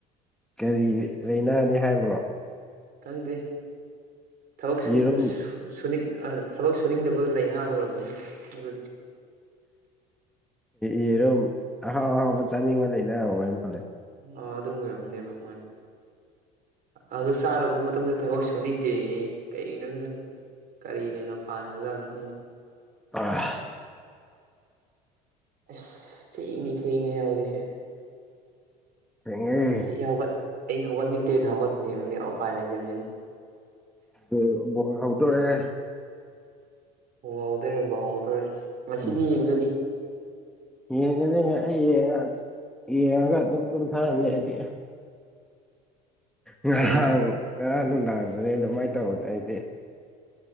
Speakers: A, in the centre; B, on the right.
A: ꯀꯔꯤ ꯂꯩꯥꯏꯅꯥꯅꯤ ꯍꯥꯏꯕ꯭ꯔꯣ
B: ꯈꯪꯗꯦ ꯊꯕꯛ
A: ꯌꯦꯔꯨꯝ
B: ꯁꯨꯅꯤꯡ ꯊꯕꯛ ꯁꯨꯅꯤꯡꯗꯕ ꯂꯥꯏꯅꯥ ꯑꯣꯏꯔꯝ ꯑꯗꯨꯗꯤ
A: ꯌꯦꯔꯨꯝ ꯑꯍꯥꯎ ꯑꯍꯥꯎꯕ ꯆꯥꯅꯤꯡꯕ ꯂꯩꯅ ꯑꯣꯏꯣꯏ ꯃꯥꯜꯂꯦ
B: ꯑ ꯑꯗꯨ ꯑꯣꯏꯔꯝꯅꯤꯕ ꯑꯗꯨꯃꯥꯏꯅ ꯑꯗꯨ ꯆꯥꯔꯕ ꯃꯇꯨꯡꯗ ꯊꯕꯛ ꯁꯨꯅꯤꯡꯗꯦ ꯀꯩꯅꯣꯗꯦ ꯀꯔꯤ ꯂꯩꯅꯥ ꯄꯥꯟꯈ꯭ꯔꯖꯥꯠꯅꯣ ꯈꯪꯗꯦ
A: ꯑ
B: ꯑꯁ ꯊꯦꯡꯉꯦ ꯊꯦꯡꯉꯦ ꯌꯥꯎꯔꯤꯁꯦ
A: ꯊꯦꯡꯉꯦ
B: ꯑꯩ ꯌꯥꯎꯒꯠ ꯑꯩ ꯍꯧꯒꯠꯅꯤꯡꯗꯦꯅ ꯍꯧꯒꯠꯅꯤ ꯍꯧꯖꯤꯛ ꯎꯄꯥꯏ ꯂꯩꯇꯕꯅꯤꯅ
A: ꯑꯣ ꯕꯣꯜ ꯍꯥꯎꯗꯧꯔꯦ
B: ꯕꯣꯜ ꯍꯥꯎꯗꯣꯏꯔꯦ ꯕꯣꯜ ꯍꯥꯎꯗꯣꯏꯔꯦ ꯉꯁꯤꯒꯤ
A: ꯎꯝ
B: ꯌꯦꯡꯗꯣꯏꯅꯦ
A: ꯌꯦꯡꯒꯅꯤ ꯑꯩ ꯌꯦꯡꯉ ꯌꯦꯡꯉꯒ ꯑꯗꯨꯝ ꯑꯗꯨꯨꯝꯊꯔꯅꯤ ꯑꯩꯗꯤ ꯉꯍꯥꯟ
B: ꯎꯝ
A: ꯉꯔꯥꯡ ꯅꯨꯡꯗꯥꯡꯁꯨꯅꯦ ꯑꯗꯨꯃꯥꯏꯅ ꯇꯧꯕꯅꯦ ꯑꯩꯗꯤ